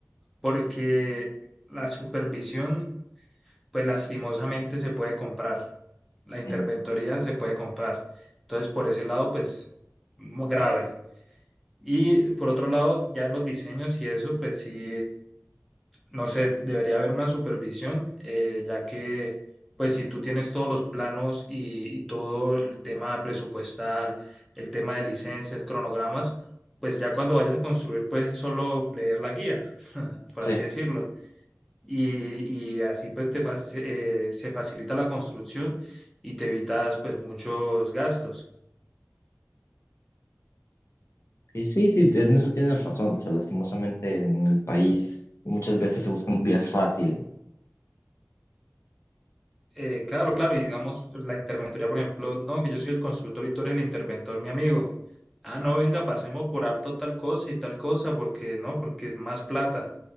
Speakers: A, in the centre; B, on the left.
A: porque la supervisión, pues lastimosamente se puede comprar, la interventoría
B: Mm,
A: se puede comprar. Entonces, por ese lado, pues muy grave. Y por otro lado, ya en los diseños y eso, pues sí, no sé, debería haber una supervisión, eh, ya que, pues, si tú tienes todos los planos y, y todo el tema presupuestal, el tema de licencias, cronogramas, pues ya cuando vayas a construir, pues es solo leer la guía, <laughs> por
B: Sí,
A: así decirlo. Y, y así, pues, te, fac- eh, se facilita la construcción y te evitas, pues, muchos gastos.
B: y sí, sí, en eso tienes razón. O sea, lastimosamente en el país muchas veces se buscan vías fáciles.
A: Eh, claro, claro, y digamos, la interventoría, por ejemplo, no, que yo soy el constructor y tú eres el interventor, mi amigo. Ah, no, venga, pasemos por alto tal cosa y tal cosa, porque no, porque es más plata.